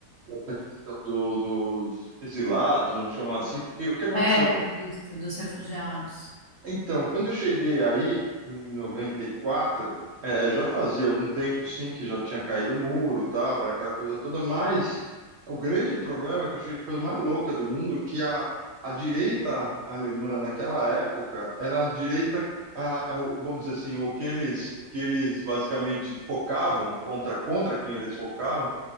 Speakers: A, on the right; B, on the left.
A: essa questão do- dos exilados, vamos chamar assim, porque o que aconteceu?
B: É isso dos refugiados.
A: Então, quando eu cheguei aí, em 94, é, já fazia algum tempo, sim, que já tinha caído o muro, tal, para aquela coisa toda, mas o grande problema, é que eu achei a coisa mais louca do mundo, que a, a direita alemã naquela época era a direita, a- a- o- vamos dizer assim, o que eles, o que eles basicamente focavam, contra, contra quem eles focavam,